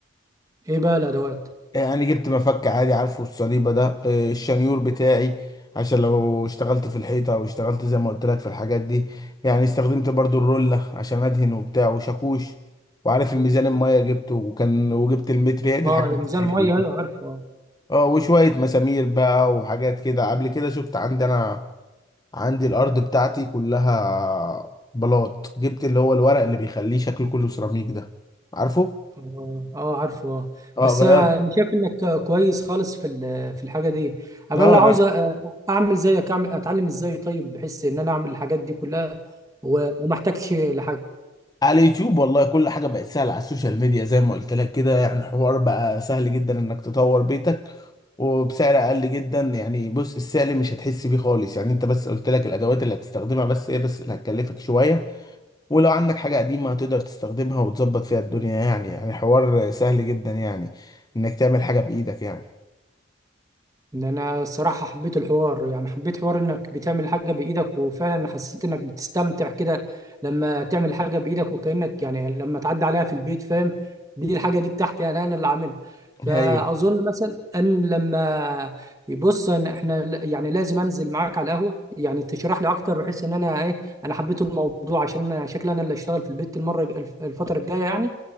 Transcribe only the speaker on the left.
يعني جبت مفك عادي عارفه الصليبة ده آه، الشنيور بتاعي عشان لو اشتغلت في الحيطة او اشتغلت زي ما قلت لك في الحاجات دي يعني استخدمت برضو الرولة عشان ادهن وبتاع وشاكوش وعارف الميزان المية جبته وكان وجبت المتر هي دي
الحاجات البسيطة
اللي
فيه
اه وشوية مسامير بقى وحاجات كده قبل كده شفت عندي انا عندي الارض بتاعتي كلها بلاط جبت اللي هو الورق اللي بيخليه شكله كله سيراميك ده عارفه
اه
غيرت
لا
انا
على اليوتيوب والله كل حاجة بقت سهلة على السوشيال ميديا زي ما قلت لك كده يعني الحوار بقى سهل جدا انك تطور بيتك وبسعر اقل جدا يعني بص السعر مش هتحس بيه خالص يعني انت بس قلت لك الادوات اللي هتستخدمها بس هي بس اللي هتكلفك شوية ولو عندك حاجة قديمة هتقدر تستخدمها وتظبط فيها الدنيا يعني يعني حوار سهل جدا يعني انك تعمل حاجة بايدك يعني
ايوه